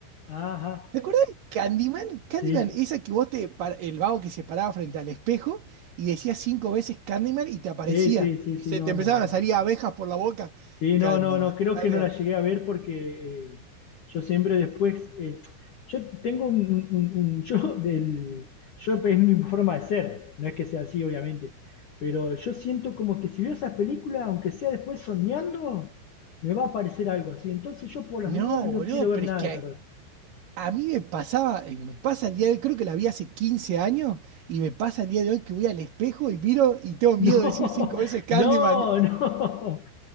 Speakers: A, on the left (about 50°); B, on the right (about 50°).
A: ajá,
B: ¿Te acordás de Candyman? Candyman,
A: sí,
B: esa que vos te, par- el vago que se paraba frente al espejo y decías cinco veces Candyman y te aparecía.
A: sí, sí, sí,
B: Y
A: sí,
B: se
A: no,
B: te empezaban
A: no, no,
B: a
A: no.
B: salir abejas por la boca.
A: Sí,
B: Candyman,
A: no, no, no, creo
B: Candyman.
A: que no la llegué a ver porque eh, yo siempre después, eh, yo tengo un, un- un- <laughs> yo del, yo es mi forma de ser, no es que sea así, obviamente, pero yo siento como que si veo esas películas, aunque sea después soñando, me va a aparecer algo así, entonces yo por las
B: No,
A: dudas no
B: boludo,
A: quiero ver
B: pero
A: nada
B: es que
A: de terror.
B: a, a mí me pasaba, eh, me pasa el día de hoy, creo que la vi hace 15 años y me pasa el día de hoy que voy al espejo y miro y
A: <laughs>
B: tengo
A: No,
B: miedo de decir cinco veces Candyman.
A: no,
B: <laughs>
A: no.